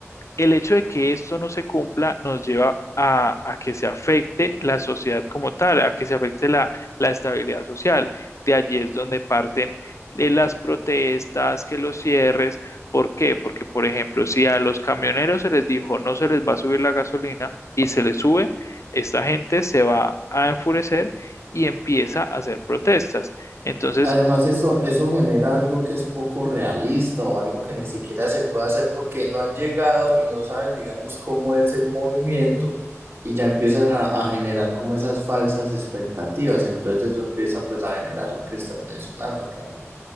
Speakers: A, on the left; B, on the right.
A: el hecho de que esto no se cumpla nos lleva a, a que se afecte la sociedad como tal, a que se afecte la, la estabilidad social. De allí es donde parten eh, las protestas, que los cierres. ¿Por qué? Porque, por ejemplo, si a los camioneros se les dijo no se les va a subir la gasolina y se les sube, esta gente se va a enfurecer y empieza a hacer protestas. Entonces,
B: Además, eso, eso genera algo que es poco realista o algo que ni siquiera se puede hacer porque no han llegado y no saben, digamos, cómo es el movimiento y ya empiezan a, a generar como esas falsas expectativas. Entonces eso empieza pues a generar lo que estás mencionando, claro.